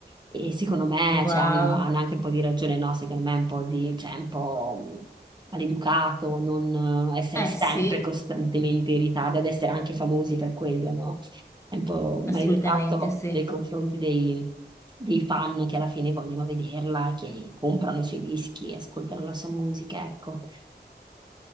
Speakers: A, on the right; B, on the left.
A: E secondo me,
B: Wow.
A: cioè, hanno, hanno anche un po' di ragione, no? Secondo me è un po' di, cioè, un po' maleducato non eh, essere
B: eh
A: sempre
B: sì,
A: costantemente in ritardo, ad essere anche famosi per quello, no? È un po'
B: assolutamente
A: maleducato
B: sì.
A: nei confronti dei, dei fan che alla fine vogliono vederla, che comprano i suoi dischi, ascoltano la sua musica, ecco.